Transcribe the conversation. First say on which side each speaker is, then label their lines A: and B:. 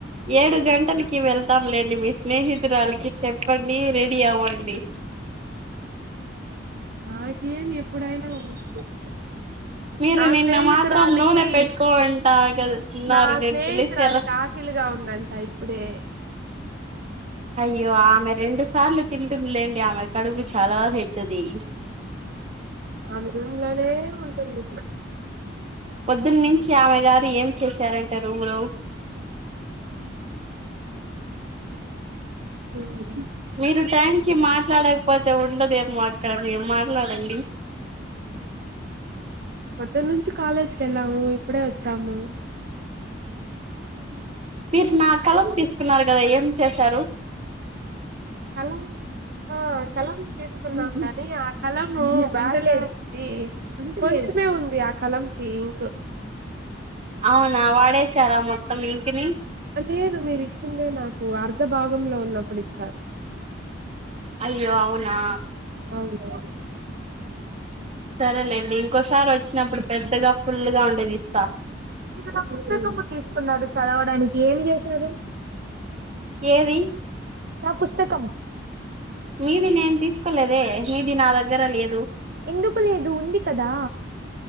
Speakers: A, on the right; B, on the right.
A: ఏడు గంటలకీ వెల్ త్తంలేండి మీ స్నేహితురాల్కి చెప్పండి రెడీ అవ్వండి
B: నాకేం ఎప్పుడైనా <unintelligible>
A: మీరు
B: నా
A: నిన్న
B: స్నేహితురాలికి
A: మాత్రం నూనె పెట్టుకోంటా కదా ఉన్నారు
B: నా
A: నేను
B: స్నేహితురాలికి
A: పిలిస్తే రా
B: ఆకిలిగా ఉం దంట ఇప్పుడే
A: అయ్యో ఆమె రెండు సార్లు తింటుందిలేండి ఆమె కడుపు చాలా పెద్దదీ
B: ఆమె రూంలోనే ఉంటుంది ఇపుడు
A: పొద్దున్నించి ఆమె గారు ఏం చేశారన్ ట రూంలో
B: ఊమ్
A: మీరు టైం కి మాట్లాడకపోత్ తే ఉండదు ఏమో అక్కడ మేర్ మాట్లాడండి
B: పొద్దునుంచి కాలేజీకెళ్ళాము ఇప్పుడే ఒచ్చాము
A: మీరు నా కలం తీసుకున్నారు గదా ఏం చేసారు
B: కలం ఆ కలం తీసుకున్నాం గాని ఆ కలం ను బా <inaudible> కొంచమే ఉంది ఆ కలం ఈ ఇంకూ
A: అవునా వాడేసారా మొత్తం ఇంక్ ని
B: లేదు మీరిచ్చిందే నాకు అర్ధ భాగంలో ఉన్నప్పుడు ఇచ్చారు
A: అయ్యో అవునా
B: అవును అవును
A: సరేలేండి ఇంకోసారి ఒచ్చినప్పుడు పెద్దగా ఫుల్ గా ఉండేది ఇస్తా
B: ఉమ్ చదవడానికి ఏమి జేశారు
A: ఏదీ
B: నా పుస్తకం
A: మీది నేను తీసుకోలేదే మీది నా దగ్గర లేదు
B: ఎందుకు లేదు ఉంది కదా